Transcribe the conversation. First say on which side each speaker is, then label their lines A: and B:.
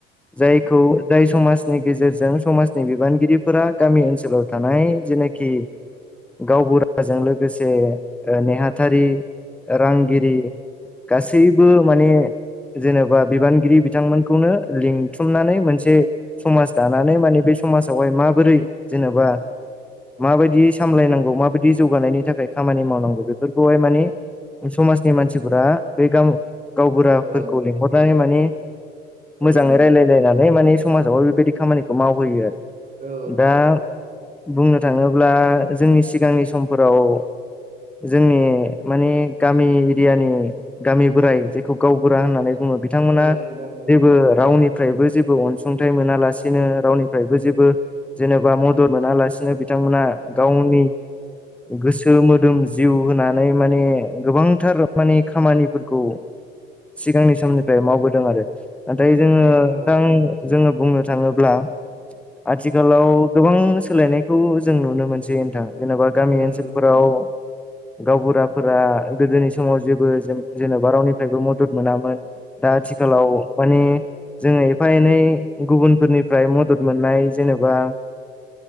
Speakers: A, in the centre; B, on the right (about 25°).
A: जायखौ जाय समाजनि गेजेरजों समाजनि बिबानगिरिफोरा गामि ओनसोलाव थानाय जेनाखि गावबुराजों लोगोसे ओ नेहा थारि रांगिरि गासैबो माने जेनेबा बिबानगिरि बिथांमोनखौनो लिंथुमनानै मोनसे समाज दानानै माने बे समाजावहाय माबोरै जेनेबा माबायदि सामलायनांगौ माबायदि जौगानायनि थाखाय खामानि मावनांगौ बेफोर खौहाय मानि समाजनि मानसिफोरा बे गाम गावबुराफोरखौ
B: औ
A: लिंहरनानै माने
B: औ
A: मोजाङै
B: नोंथां
A: रायलाय
B: औ
A: लानानै माने समाजावबो बेबायदि खामानिखौ मावहोयो आरो।
B: औ
A: दा बुंनो थाङोब्ला जोंनि सिगांनि समफोराव जोंनि माने गामि एरियानि गामि बोराइ जेखौ गावबुरा होननानै बुङो। बिथांमोना
B: औ औ नोंथां
A: जेबो
B: औ
A: रावनि निफ्रायबो जेबो अनसुंथाइ मोनालासिनो रावनिफ्रायबो जेबो जेनेबा मदद मोनालासिनो बिथांमोना गावनि
B: औ
A: गोसो मोदोम जिउ होनानै माने गोबांथार माने खामानिफोरखौ सिगांनि समनिफ्राय मावबोदों आरो नाथाय जोङो नोंथां
B: औ औ
A: जोङो बुंनो थाङोब्ला आथिखालाव गोबां सोलायनायखौ जों नुनो मोनसै नोंथां जेनेबा
B: औ
A: गामि ओनसोलफोराव गावबुराफोरा गोदोनि समाव जेबो जेन'बा रावनिफ्रायबो मदद मोनामोन। दा आथिखालाव माने जोङो एफा एनै गुबुनफोरनिफ्राय मदद मोननाय जेनेबा